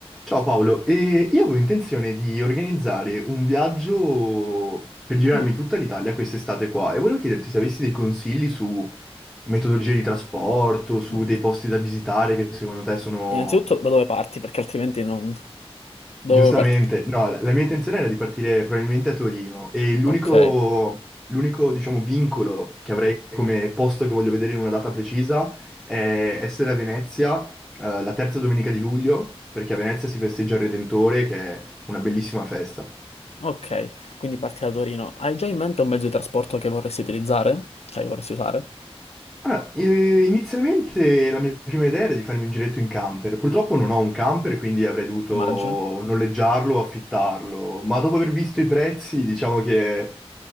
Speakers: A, in the centre; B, on the left.
A: Ciao Paolo, e io avevo intenzione di organizzare un viaggio per girarmi
B: Mm,
A: tutta l'Italia quest'estate qua e volevo chiederti se avessi dei consigli su metodologie di trasporto, su
B: ok.
A: dei posti da visitare che secondo te sono
B: Innanzitutto da dove parti, perché altrimenti non... Da
A: Giustamente,
B: dove parti?
A: no, la, la mia intenzione era di partire probabilmente a Torino e l'unico,
B: Ok,
A: l'unico, diciamo, vincolo che avrei come posto che voglio vedere in una data precisa è essere a Venezia, eh, la terza domenica di luglio, perché a Venezia si festeggia il Redentore, che è una bellissima festa.
B: ok. Quindi parti da Torino. Hai già in mente un mezzo di trasporto che vorresti utilizzare? Cioè, che vorresti usare?
A: Allora, eh, inizialmente la mia prima idea era di farmi un giretto in camper. Purtroppo non ho un camper, quindi avrei dovuto
B: Immagino.
A: noleggiarlo o affittarlo, ma dopo aver visto i prezzi, diciamo che